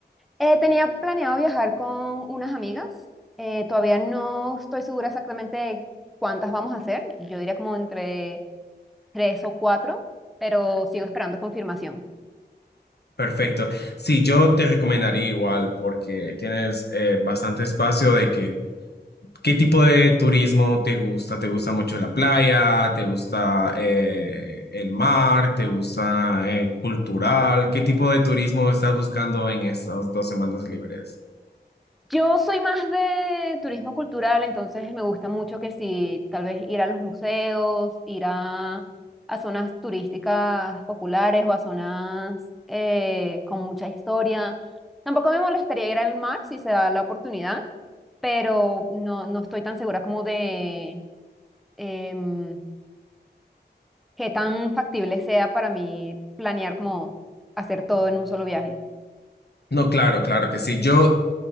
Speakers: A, in the centre; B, on the left (about 65°).
A: Eh, tenía planeado viajar con unas amigas. Eh, todavía no estoy segura exactamente de cuántas vamos a hacer. Yo diría como entre tres o cuatro, pero sigo esperando confirmación.
B: Perfecto. Sí, yo te recomendaría igual porque tienes eh, bastante espacio de que ¿Qué tipo de turismo te gusta? ¿Te gusta mucho la playa? ¿Te gusta eh, el mar? ¿Te gusta eh, cultural? ¿Qué tipo de turismo estás buscando en estas dos semanas libres?
A: Yo soy más de turismo cultural, entonces me gusta mucho que si tal vez ir a los museos, ir a, a zonas turísticas populares o a zonas eh, con mucha historia. Tampoco me molestaría ir al mar si se da la oportunidad, pero no, no estoy tan segura como de em, qué tan factible sea para mí planear como hacer todo en un solo viaje.
B: No, claro, claro que sí. Yo